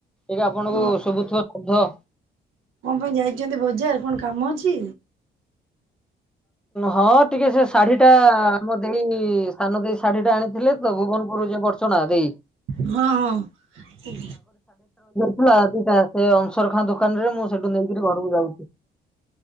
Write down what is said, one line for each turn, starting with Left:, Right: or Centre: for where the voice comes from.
Centre: ଏବେ ଆପଣଙ୍କୁ
Right: ହଁ
Centre: ସବୁଥୁବ ଶବ୍ଧ।
Right: କଣ ପାଇଁ ଯାଇଛନ୍ତି ବଜାର କଣ କାମ ଅଛି?
Centre: ହଁ ଟିକେ ସେ ଶାଢୀ ଟା ଆମ ଦେଇ ସାନ ଦେଇ ଶାଢୀ ଟା ଆଣିଥିଲେ ତ ଭୁବନପୁରରୁ ଯୋଉ ବରଛଣ୍ଡା ଦେଇ।
Right: ହଁ, ହଁ।
Centre: ଥିଲା ଦିଟା ସେ ଅଂସର ଖାଁ ଦୋକାନ ରେ ମୁଁ ସେଠୁ ନେଇକିରି ଘରକୁ ଯାଉଛି।